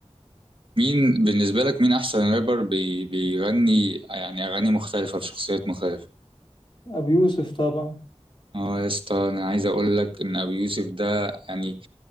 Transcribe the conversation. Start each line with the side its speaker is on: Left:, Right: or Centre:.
Right: مين بالنسبة لك مين أحسن رابر بي بيغني يعني أغاني مختلفة بشخصيات مختلفة؟
Left: ابو يوسف طبعا
Right: اه يا اسطى أنا عايز أقول لك إن أبي يوسف ده يعني